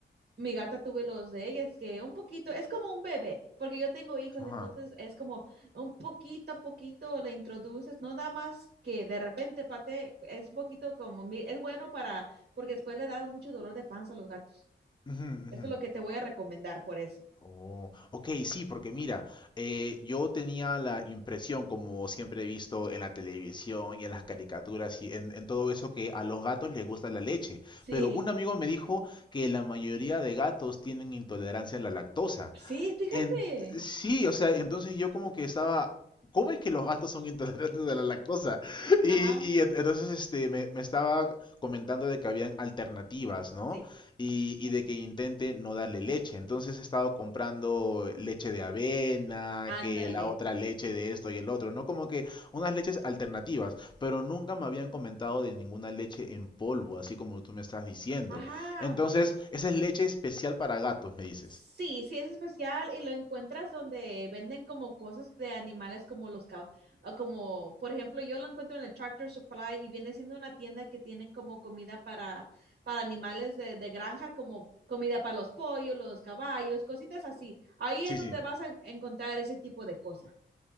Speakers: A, on the right; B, on the left.
A: mi gata tuve los de ella, es que un poquito, es como un bebé, porque yo tengo hijos,
B: Ajá.
A: entonces es como un poquito a poquito le introduces, no da más que de repente pate, es un poquito como, mi- es bueno para, porque después le da mucho dolor de panza a los gatos.
B: Ujú, ujú.
A: Esto es lo que te voy a recomendar por eso.
B: Oh, ok, sí, porque mira, eh, yo tenía la impresión, como siempre he visto en la televisión y en las caricaturas
A: Sí,
B: y en, en todo eso, que a los gatos les gusta la leche.
A: sí,
B: Pero un amigo me dijo que la mayoría de gatos tienen intolerancia a la lactosa.
A: sí, fíjate.
B: En, sí, o sea, entonces yo como que estaba, ¿cómo es que los gatos son intolerantes a la lactosa? <laughs> Y,
A: Ajá,
B: y en- entonces este, me, me estaba comentando de que habían alternativas, ¿no?
A: sí,
B: Y, y de que intente no darle leche. Entonces he estado comprando leche de avena,
A: ándale.
B: que la otra leche de esto y el otro, ¿no? Como que unas leches alternativas, pero nunca me habían comentado de ninguna leche en polvo, así como tú me estás diciendo.
A: Ajá.
B: Entonces, esa es leche especial para gatos, me dices.
A: Sí, sí es especial y lo encuentras donde venden como cosas de animales como los cab- ah, como por ejemplo yo lo encuentro en el Tractor Supply y viene siendo una tienda que tienen como comida para para animales de, de granja como comida para los pollos, los caballos, cositas así. Ahí
B: Sí,
A: es donde
B: sí.
A: vas a encontrar ese tipo de cosas.